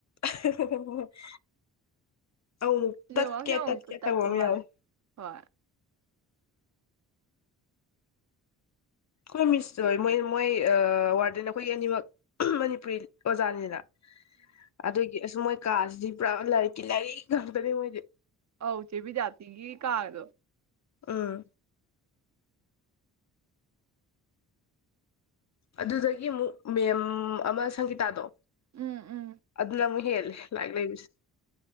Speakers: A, on the left (about 40°); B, on the right (about 40°).
A: ꯑꯍ ꯍꯣ ꯍꯣ ꯍꯣ ꯍꯣ <inaudible> ꯑꯃꯨꯃꯨꯛ
B: ꯅꯦꯠꯋꯥꯛꯁꯦ
A: ꯇꯠꯀꯦ
B: ꯑꯃꯨꯛ
A: ꯇꯠꯀꯦ
B: ꯃꯨꯛ ꯇꯠꯄ
A: ꯇꯧꯕ ꯃ
B: ꯃꯥꯜꯂꯦ
A: ꯌꯥꯎꯋꯦ
B: ꯍꯣꯏ
A: ꯈꯣꯏ ꯃꯤꯁꯇꯣ ꯃꯣꯏ ꯃꯣꯏ ꯋꯥꯔꯗꯦꯟ ꯑꯩꯈꯣꯏꯒꯤ ꯑꯅꯤꯃꯛ ꯑꯍꯝ ꯃꯅꯤꯄꯨꯔꯤ ꯑꯣꯖꯥꯅꯤꯅ ꯑꯗꯨꯏ ꯏꯁ ꯃꯣꯏ ꯀꯥꯁꯤꯗꯤ ꯄꯨꯔꯥ ꯂꯥꯏꯔꯤꯛꯀꯤ ꯂꯥꯏꯔꯤꯛ ꯉꯥꯛꯇꯅꯦ ꯃꯣꯏꯗꯤ
B: ꯑꯧ ꯆꯦ ꯕꯤꯗ꯭ꯌꯥꯞꯇꯤꯒꯤ ꯀꯥꯔꯗꯣ
A: ꯑꯥ ꯑꯗꯨꯗꯒꯤ ꯑꯃꯨꯛ ꯃꯦꯝ ꯑꯃ ꯁꯪꯒꯤꯇꯥꯗꯣ
B: ꯎꯝ ꯎꯝ
A: ꯑꯗꯨꯗꯅ ꯑꯃꯨ ꯍꯦꯂꯦ ꯂꯥꯏꯠ ꯂꯩꯕꯁꯦ